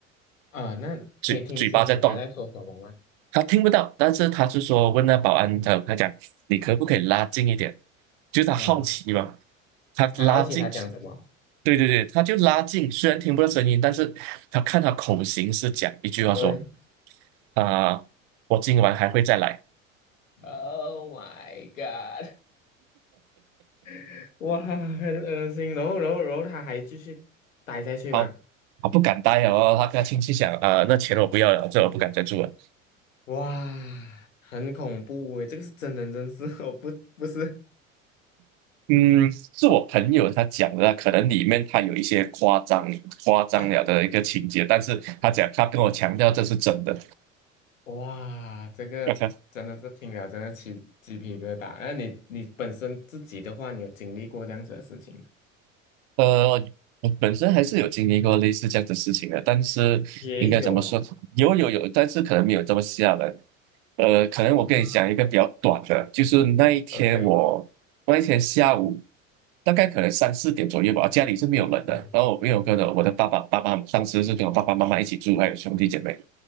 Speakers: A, on the left; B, on the right.
A: 啊，那可以听清楚他在说什么吗？
B: 嘴嘴巴在动，他听不到，但是他就说问那保安，
A: 哦，
B: 他他讲你可不可以拉近一点？就是他好奇嘛，
A: 嗯，
B: 他拉近，
A: 他好奇他讲什么？
B: 对对对，他就拉近，虽然听不到声音，但是他看他口型是讲一句话说
A: 对，
B: 啊、我今晚还会再来。
A: Oh my god！<laughs> 哇，很恶心。然后，然后，然后他还继续待下去嘛？
B: 好，他不敢待哦，他跟他亲戚讲啊、那钱我不要了，这我不敢再住了。
A: 哇，很恐怖诶，这个是真人真事哦，不，不是。
B: 嗯，是我朋友他讲的，可能里面他有一些夸张夸张了的一个情节，
A: <laughs>
B: 但是他讲他跟我强调这是真的。
A: 哇，这个真的是听了真的起鸡皮疙瘩。
B: <laughs>
A: 那你你本身自己的话，你有经历过这样子的事情吗？
B: 呃，我本身还是有经历过类似这样的事情的，但是应该怎么说？
A: 也有啊。
B: 有有有，但是可能没有这么吓人。呃，可能我跟你讲一个比较短的，
A: 啊
B: 就是那一天我那一天下午
A: ，OK，
B: 大概可能三四点左右吧，家里是没有人的，
A: 嗯
B: 然后我没有跟着我的爸爸爸爸，当时是跟我爸爸妈妈一起住，还有兄弟姐妹。